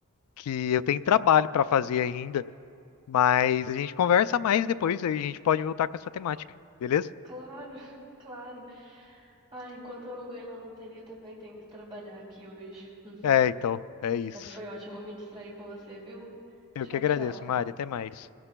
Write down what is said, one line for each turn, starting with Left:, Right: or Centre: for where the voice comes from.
Left: que eu tenho trabalho para fazer ainda, mas a gente conversa mais depois, aí a gente pode voltar com essa temática, beleza?
Right: Claro, <laughs> claro. Ah, enquanto eu não ganho na loteria, também tenho que trabalhar aqui hoje. Hum,
Left: É, então, é isso.
Right: Mas foi ótimo me distrair com você, viu?
Left: Eu
Right: Tchau,
Left: que agradeço,
Right: tchau.
Left: Mari. Até mais.